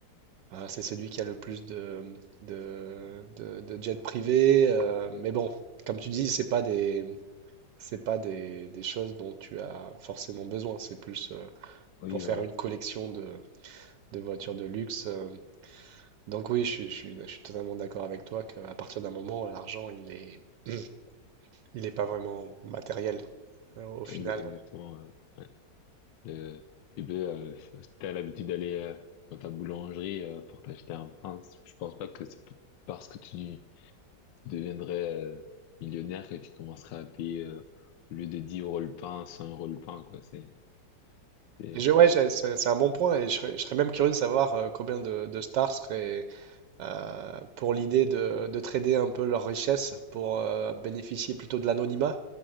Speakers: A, on the right; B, on the left.
A: euh, c'est celui qui a le plus de, de, de- de jets privés. euh, mais bon, comme tu dis, c'est pas des, c'est pas des, des choses dont tu as forcément besoin. C'est plus euh,
B: oui,
A: pour faire
B: voilà,
A: une collection de, de voitures de luxe. euh. Donc oui, je, suis- je suis je suis totalement d'accord avec toi qu'à partir d'un moment, l'argent, il est, <clears throat> il est pas vraiment matériel euh, au final.
B: Ex- exactement. euh, ouais. Le, tu peux, euh, si t'as l'habitude d'aller euh, dans ta boulangerie euh, pour t'acheter un pain, c- je pense pas que c'est p- parce que tu, deviendrais euh, millionnaire que tu commencerais à payer euh, au lieu de 10 euros le pain, 100 euros le pain, quoi. C'est, c'est,
A: Et je, ouais, j'ai- c'est c'est un bon point et je serais, je serais même curieux de savoir euh, combien de, de stars seraient, euh, pour l'idée de, de trader un peu leur richesse pour euh, bénéficier plutôt de l'anonymat.